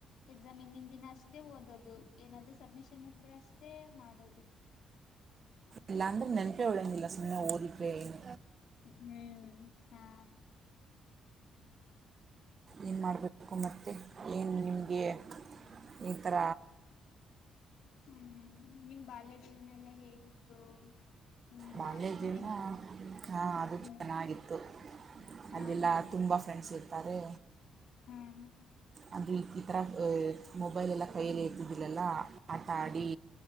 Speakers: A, on the left (about 75°); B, on the right (about 45°).
A: ಎಕ್ಸಾಮ್ ಹಿಂದಿನ್ ದಿನ ಅಷ್ಟೇ ಓದದು ಏನಾದ್ರೂ ಸಬ್ಮಿಷನ್ ಇದ್ರೆ ಅಷ್ ಟೇ ಮಾಡದು
B: ಎಲ್ಲಾಂದ್ರೆ ನೆನ್ಪೇ ಉಳಿಯಂಗಿಲ್ಲ ಸುಮ್ನೆ ಓದಿದ್ವೇನು
A: ಹ್ಮ್ ಹಾ
B: ಏನು ಮಾಡ್ಬೇಕು ಮತ್ತೆ ಏನು ನಿಮ್ಗೆ ಈ ಥರ
A: ಹ್ಮ್ ಹ್ಮ್ ನಿಮ್ ಬಾಲ್ಯ ಜೀವನ ಎಲ್ಲಾ ಹೇಗಿತ್ತು. ನಿಮ್ಮ
B: ಬಾಲ್ಯ
A: ಸ್ನೇಹಿತ
B: ಜೀವನ ಹ ಅದು
A: ಹ್ಮ್
B: ಚೆನ್ನಾಗಿತ್ತು.
A: ಹಾ
B: ಅಲ್ಲಿಲ್ಲಾ
A: ಹಾ
B: ತುಂಬಾ ಫ್ರೆಂಡ್ಸ್ ಇರ್ತಾರೆ.
A: ಹ್ಮ್
B: ಅಂದರೆ ಈಥರ ಏ ಮೊಬೈಲ್ ಎಲ್ಲ ಕೈಯಲ್ಲಿ ಇದ್ದಿದ್ದಿಲ್ಲಲ್ಲ ಆಟಾಡಿ